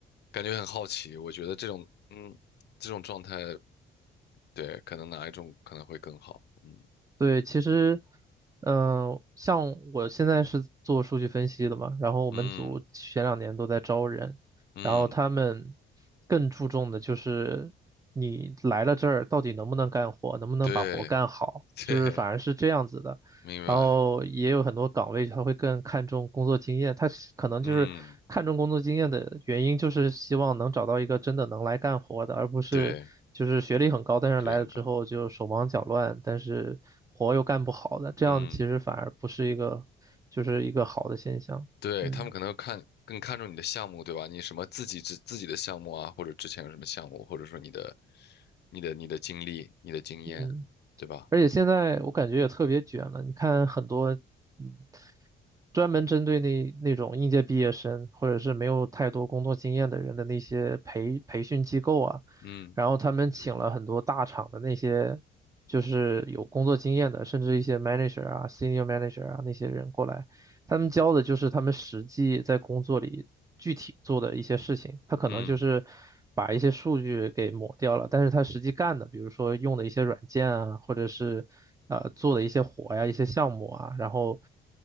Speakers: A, on the left (about 55°); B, on the right (about 15°).
A: 感觉很好奇，我觉得这种嗯这种状态，对，可能哪一种可能会更好，嗯
B: 对，其实，嗯、像我现在是做数据分析的嘛，然后我们组前两年都在招人，
A: 嗯嗯，
B: 然后他们更注重的就是你来了这儿到底能不能干活，能不能把活干好，
A: 对 <laughs>
B: 就是反而是这样子的。
A: 对，明白，
B: 然后也有很多岗位他会更看重工作经验，他是可能就是看重工作经验的原因，
A: 嗯
B: 就是希望能找到一个真的能来干活的，而不是就是学历很高，
A: 对，
B: 但是来了之后就手忙脚乱，
A: 学历很高。
B: 但是活又干不好的，这样其实反而不是一个就是一个好的现象。
A: 嗯，对，
B: 嗯
A: 他们可能看更看重你的项目，对吧？你什么自己自自己的项目啊，或者之前有什么项目，或者说你的、你的、你的经历、你的经验，
B: 嗯，
A: 对吧？
B: 而且现在我感觉也特别卷了，你看很多。嗯。专门针对那那种应届毕业生或者是没有太多工作经验的人的那些培培训机构啊，
A: 嗯
B: 然后他们请了很多大厂的那些就是有工作经验的，甚至一些 manager 啊、senior manager 啊那些人过来，他们教的就是他们实际在工作里。具体做的一些事情，他可能就是
A: 嗯，
B: 把一些数据给抹掉了，但是他实际干的，比如说用的一些软件啊，或者是呃做的一些活呀、一些项目啊，然后